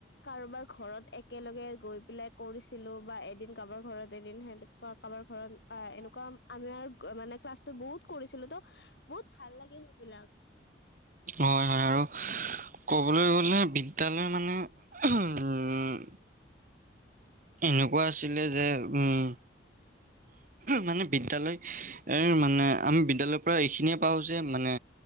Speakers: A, on the left; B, on the right.
A: কাৰোবাৰ ঘৰত একেলগে গৈ পেলাই, কৰিছিলো বা এদিন কাৰোবাৰ ঘৰত এদিন সেনেকুৱা কাৰোবাৰ ঘৰত এ এনেকুৱা আমি আৰু মানে ক্লাছটো বহুত কৰিছিলো তো বহুত ভাল লাগিল সেইবিলাক।
B: হয় হয় আৰু ক'বলৈ গ'লে বিদ্যালয় মানে- হউম' এনেকুৱা আছিলে যে উম' মানে বিদ্যালয় এ মানে আমি বিদ্যালয়ৰ পৰা এইখিনিয়ে পাওঁ যে মানে